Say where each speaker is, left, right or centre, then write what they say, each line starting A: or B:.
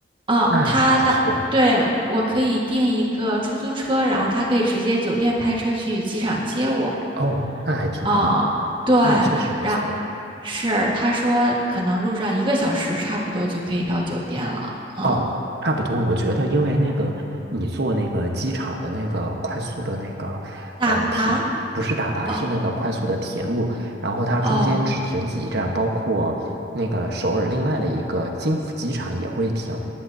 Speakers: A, on the right; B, on the right.
A: 啊，
B: 那不错，
A: 他的，对，我可以订一个出租车，然后他可以直接酒店派车去机场接我。
B: 哦，那还挺好的，
A: 啊，对，
B: 那确实不错。
A: 然是他说可能路上一个小时差不多就可以到酒店了。嗯，
B: 哦，差不多。我觉得，因为那个你坐那个机场的那个快速的那个呃铁，
A: 大巴，
B: 不是大巴，
A: 哦
B: 是那个快速的铁路，然后它中间只停几站，
A: 哦
B: 包括那个首尔另外的一个金浦机场也会停，